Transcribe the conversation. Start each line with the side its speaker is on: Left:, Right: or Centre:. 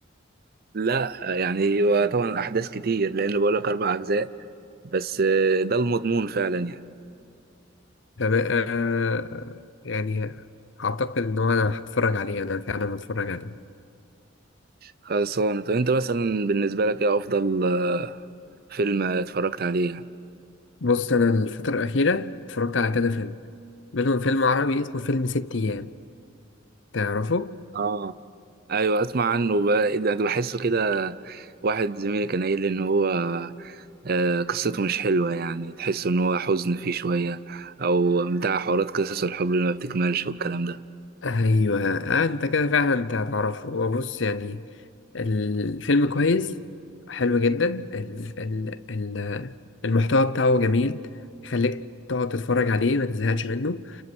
Right: لا يعني هو طبعا احداث كتير لان بقول لك اربع اجزاء بس آه، ده المضمون فعلا يعني
Left: طب آه يعني اعتقد ان هو انا هتفرج عليه انا فعلا هتفرج عليه
Right: خلصانة طب انت مثلا بالنسبة لك ايه افضل فيلم اتفرجت عليه يعني
Left: بص انا الفتره الاخيره اتفرجت على كذا فيلم منهم فيلم عربي اسمه فيلم ست ايام تعرفه
Right: اه ايوه اسمع عنه بقى إيه ده ده بحسه كده واحد زميلي كان قايل لي ان هو آه، قصته مش حلوة يعني تحس ان هو حزن فيه شوية او بتاع حوارات قصص الحب اللي ما بتكملش والكلام ده
Left: ايوه آه انت كده فعلا انت هتعرفه هو بص يعني الفيلم كويس حلو جدا ال ال ال المحتوى بتاعه جميل يخليك تقعد تتفرج عليه ما تزهقش منه